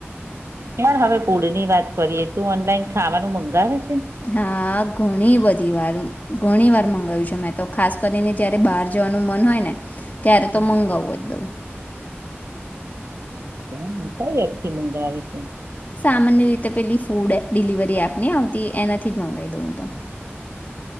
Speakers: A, on the right (about 85°); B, on the left (about 35°).
A: ચાલ હવે ફૂડ ની વાત કરીએ તું ઓનલાઈન ખાવાનું મંગાવે છે
B: હા ઘણી બધી વાર ઘણી વાર મંગાવ્યું છેું મેં તો ખાસ કરીને જયારે બહાર જવાનું મન હોય ને ત્યારે
A: હમ.
B: તો મંગાવું જ દઉં.
A: એવું કઈ એથી મુંગા આવે છે.
B: સામાન્ય રીતે પેલી ફૂડ ડિલિવરી એપની આવતી એનાથી જ મંગાવી દઉંું તો.